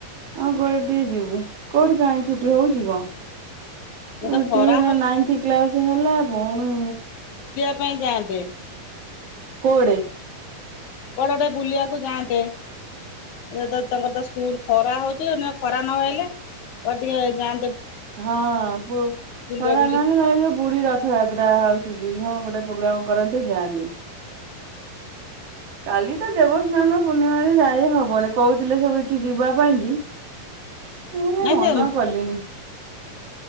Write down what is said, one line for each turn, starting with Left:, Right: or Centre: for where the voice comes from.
Right: ହଁ କୁଆଡ଼େ ଟିକେ ଯିବୁ। କୋଉଠି କାହିଁ ଛୁଟି ହଉଛିି ଙ୍କ?
Left: ଏ
Right: ଏଇ
Left: ତ ଖରା
Right: ଟିକେ ନ ନାଇଁଥି କ୍ଲାସ ହେଲା, ପୁଣି
Left: <unintelligible> ପାଇଁ ଯାଆନ୍ତେ।
Right: କୁଅଡେ?
Left: କୁଆଡ଼େ ଗୋଟେ ବୁଲିବାକୁ ଯାଆନ୍ତେ। ଇଏ ତ ତାଙ୍କର ତ ସ୍କୁଲ ଖରା ହଉଛି ଆଉ ଖରା ନହେଲେ, କୁଆଡେ ଟିକେ ଯାଆ
Right: ହଁ। କୁ
Left: ବୁଲା
Right: ଖରା
Left: ବୁଲି
Right: ନହେଲେ ନହେଲେ ଯୋଉ ପୁରୀ ରଥଯାତ୍ରା ହଉ ଆସୁଚି, ହଁ ଗୋଟେ ପୋଗ୍ରାମ କରନ୍ତେ ଯାଆନ୍ତେ। କାଲି ତ ଦେବସ୍ନାନ ପୂର୍ଣ୍ଣିମାରେ ଯାଇ ହବନି। କହୁଥିଲେ ସବୁ ଏଠି ଯିବା ପାଇଁକି ମୁଁ କାଇଁ
Left: ନାଇଁ
Right: ମନ
Left: ସେ
Right: କଲିନି।